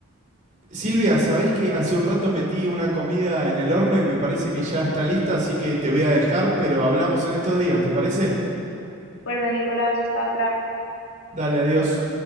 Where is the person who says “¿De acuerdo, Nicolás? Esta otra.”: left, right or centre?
Left